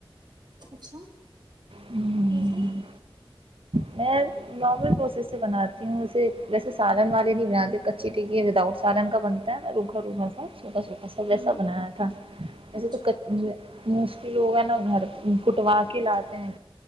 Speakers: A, on the right; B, on the right.
A: اچھا
B: ہمم،
A: کیسے
B: میں لارمل پروسیس سے بناات تھا ن اسے ویسےالن والے نہیں بناتے کچی ٹکے وداؤٹ سالن کا بنتا ہے ن روکھا روکھا سوکھا سوتاا ایسا ویسا
A: ہوں
B: بنایا تھا ویسے
A: اچھا
B: تو لوگ ہے نا گھر کٹوا کے لاتے ہیں